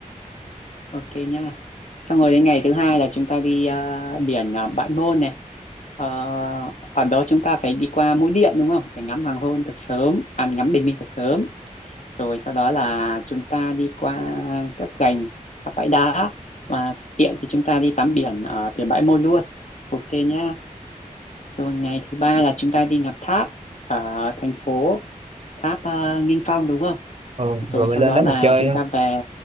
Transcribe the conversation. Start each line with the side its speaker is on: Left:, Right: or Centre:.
Left: Ok nha. Xong rồi đến ngày thứ hai là chúng ta đi ờ, biển ờ, Bãi Môn này. Ờ, ở đó chúng ta phải đi qua Mũi Điện đúng không? Để ngắm hoàng hôn thật sớm, à, ngắm bình minh thật sớm. Rồi sau đó là chúng ta đi qua các gành, các bãi đá và tiện thì chúng ta đi tắm biển ở biển Bãi Môn luôn. Ok nha. Rồi ngày thứ ba là chúng ta đi ngắm tháp ở thành phố Tháp ờ, Nghinh Phong đúng không?
Right: ừ,
Left: rồi
Right: rồi
Left: sau
Right: mình lên
Left: đó
Right: đó
Left: là
Right: mình chơi
Left: chúng ta về